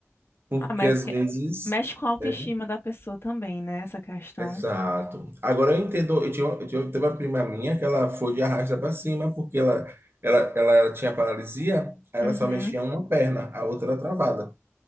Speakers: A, on the right; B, on the left.
A: Porque
B: Ah, mas
A: às
B: é porque
A: vezes.
B: mexe com a autoestima
A: né?
B: da pessoa também, né? Essa questão.
A: Exato. Agora eu entendo, eu tinha, eu tinha, teve uma prima minha que ela foi de arrasta para cima, porque ela, ela, ela tinha paralisia, aí
B: Uhum,
A: ela só mexia uma perna, a outra era travada.